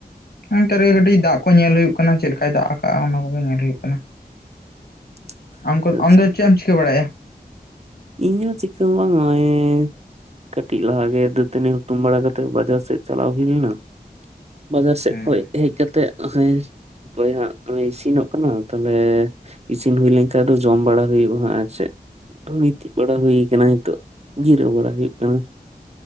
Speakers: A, on the left; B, on the right.
A: ᱚᱱᱛᱮ ᱨᱮ ᱠᱟᱴᱤᱡ ᱫᱟᱜ ᱠᱚ ᱧᱮᱞ ᱦᱩᱭᱩᱜ ᱠᱟᱱᱟ ᱪᱮᱫ ᱞᱮᱠᱟᱭ ᱫᱟᱜ ᱟᱠᱟᱜᱼᱟ ᱚᱱᱟ ᱠᱚᱜᱮ ᱧᱮᱞ ᱦᱩᱭᱩᱜ ᱠᱟᱱᱟ ᱾
B: <inaudible>
A: ᱟᱢ
B: ᱟᱪᱪᱷᱟ
A: ᱠᱚ ᱟᱢ ᱫᱚ ᱪᱮᱫ ᱮᱢ ᱪᱤᱠᱟᱹ ᱵᱟᱲᱟᱭᱟ
B: ᱤᱧᱦ ᱦᱚᱸ ᱪᱤᱠᱟᱹ ᱦᱚᱸ ᱵᱟᱝ ᱜᱮ <unintelligible> ᱠᱟᱹᱴᱤᱡ ᱞᱟᱦᱟᱜᱮ ᱫᱟᱹᱛᱟᱹᱱᱤ ᱦᱩᱛᱩᱢ ᱵᱟᱲᱟ ᱠᱟᱛᱮᱫ ᱵᱟᱡᱟᱨ ᱥᱮᱫ ᱪᱟᱞᱟᱣ ᱦᱩᱭ ᱞᱮᱱᱟ ᱾ ᱵᱟᱡᱟᱨ ᱥᱮᱫ
A: ᱦᱮᱸ
B: ᱠᱷᱚᱱ ᱦᱮᱡ ᱠᱟᱛᱮ ᱱᱚᱜᱼᱚᱭ ᱦᱟᱸᱜ ᱤᱥᱤᱱᱚᱜ ᱠᱟᱱᱟ ᱛᱟᱦᱚᱞᱮ ᱤᱥᱤᱱ ᱦᱩᱭ ᱞᱮᱱᱠᱷᱟᱡ ᱫᱚ ᱡᱚᱢ ᱵᱟᱲᱟ ᱦᱩᱭᱩᱜᱼᱟ ᱟᱨ ᱪᱮᱫ ᱪᱮᱫ ᱵᱟᱲᱟ ᱦᱩᱭ ᱠᱟᱱᱟ ᱱᱤᱛᱚᱜ ᱡᱤᱨᱟᱹᱣ ᱵᱟᱲᱟ ᱦᱩᱭᱩᱜ ᱠᱟᱱᱟ